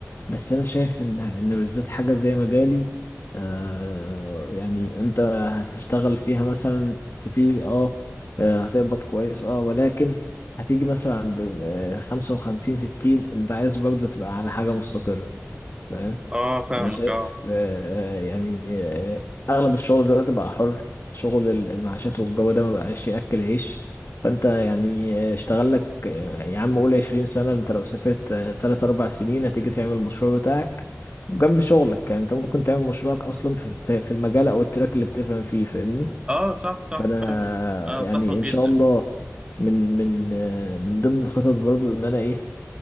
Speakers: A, on the left (about 55°); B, on the right (about 20°).
A: بس انا شايف ان ان بالذات حاجه زي مجالي آه يعني انت هتشتغل فيها مثلا كتير اه آه، هتقبض كويس اه ولكن هتيجي مثلا عند آه، خمسة وخمسين ستين انت عايز برضه تبقى على حاجة مستقرة فاهم
B: اه فاهمك
A: فانا شايف
B: اه
A: آه، آه، يعني آه، اغلب الشغل دلوقتي بقى حر شغل ال- المعاشات والجو ده ما بقاش ياكل عيش فانت يعني آه، اشتغل لك آه، يا عم قول 20 سنه انت لو سافرت 3 4 سنين هتيجي تعمل المشروع بتاعك جنب شغلك يعني انت ممكن تعمل مشروعك اصلا في الت- في المجال او التراك اللي بتفهم فيه فاهمني
B: اه صح صح
A: فانا
B: فاهمك انا اتفق
A: يعني
B: جدا
A: ان شاء الله من من آه، من ضمن الخطط برضو ان انا ايه